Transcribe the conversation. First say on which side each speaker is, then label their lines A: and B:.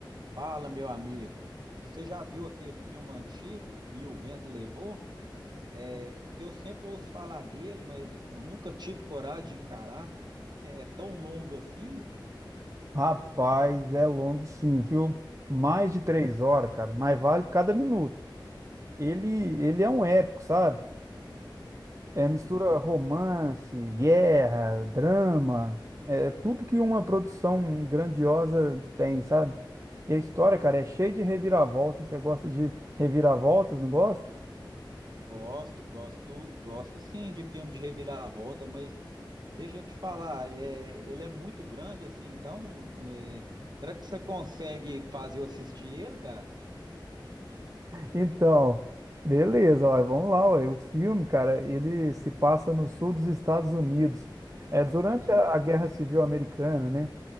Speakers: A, on the right; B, on the right.
A: Fala, meu amigo. Você já viu aquele filme antigo e o vento levou? É, porque eu sempre ouço falar dele, mas eu nunca tive coragem de encarar. <laughs> É tão longo assim?
B: Rapaz, é longo sim, viu? Mais de três horas, cara, mas vale cada minuto. Ele, ele é um épico, sabe? É mistura
A: Hum,
B: romance, guerra, drama, é tudo que uma produção grandiosa tem, sabe? E a história, cara, é cheia de reviravoltas. Você gosta de reviravoltas, não gosta?
A: gosto, gosto, gosto sim de filme de reviravolta, mas deixa eu te falar, é, ele é muito grande assim, então é, será que você consegue fazer eu assistir ele, cara?
B: Então, beleza, ó, vamos lá, ó. O filme, cara, ele se passa no sul dos Estados Unidos. É durante
A: Hum,
B: a a Guerra Civil Americana, né?